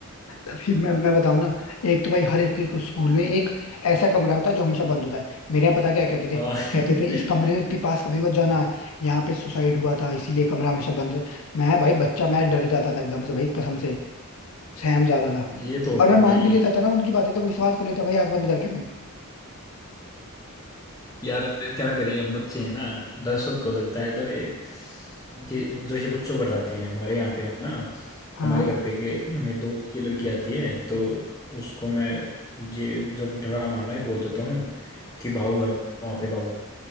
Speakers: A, on the left (about 75°); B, on the left (about 15°).
A: अभी मैं मैं बताऊं ना एक तो भाई हर एक, एक स्कूल में एक ऐसा कमरा होता है जो हमेशा बंद होता है मेरे यहाँ पता क्या कहते थे
B: हाँ <laughs>
A: कहते थे इस कमरे के पास कभी मत जाना है यहाँ पे सुसाइड हुआ था इसीलिए कमरा हमेशा बंद रह मैं भाई बच्चा मैं डर जाता था एकदम से भाई कसम से सहम जाता था
B: ये तो होता
A: और मैं
B: है
A: मान
B: भाई
A: भी लेता था ना उनकी बातें तो विश्वास कर लेता भाई आंख बंद करके मैं
B: यार क्या करें हम बच्चे हैं ना डर सबको लगता है डर ये- कि जो ये बच्चों को डराते हैं हमारे यहाँ पे है ना
A: हाँ
B: हमारे घर पे के मेरे दोस्त की लड़की आती है तो उसको मैं ये जब डराना हो ना ये बोल देता हूँ कि भाऊ है वहाँ पे भाऊ